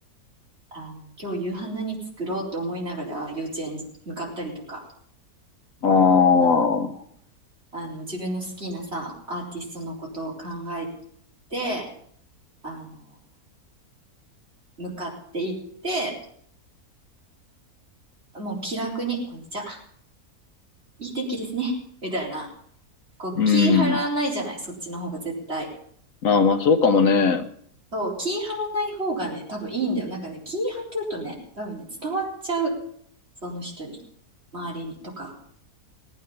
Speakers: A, on the right; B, on the left.
A: あの今日夕飯何作ろうって思いながら幼稚園向かったりとか
B: ああ。
A: あのあの自分の好きなさアーティストのことを考えてあの向かっていってもう気楽に「こんにちはいい天気ですね」みたいなこう気張らないじゃないそっちの方が絶対。
B: うん。まあまあ、そうかもね。
A: そう気張らない方がね多分いいんだよなんかね気張ってるとね多分ね伝わっちゃうその人に周りにとか、